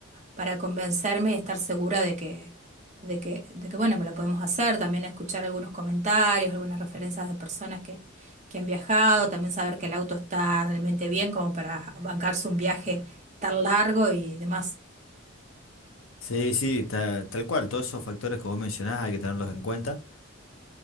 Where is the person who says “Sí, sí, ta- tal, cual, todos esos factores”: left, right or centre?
Left